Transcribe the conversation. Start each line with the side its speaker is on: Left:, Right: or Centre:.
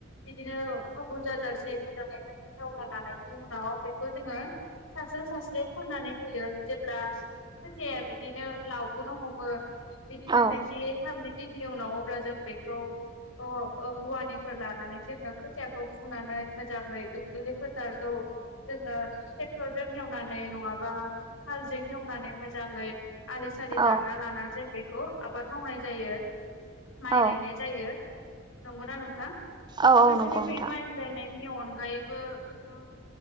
Left: बिदिनो <unintelligible> उनाव बेखौ जोङो <unintelligible> खनानै होयो जेब्ला खोथायाया बिदिनो लावबोनो हमो बिदिनो
Right: औ
Left: नैजि थामजि दिननि उनाव अब्ला जों बे खौ ओ रुवानिफोर लानानै जोङो खोथिया खौ फुनानै मोजाङै दुब्लि फोथारखौ जोङो ट्रेक्टरजों एवनानै नङा माबा हालजों हेवनानै मोजाङै आलि सलि
Right: औ
Left: दानना लानानानै जों बेखौ आबाद मावनाय जायो माइ
Right: औ
Left: गायनाय जायो। नंगौना नोंथां?
Right: औ
Left: लोगोसेनो
Right: औ नंगौ
Left: बे
Right: नोंथां
Left: माइ गायनायनि अनगायैबो गोबां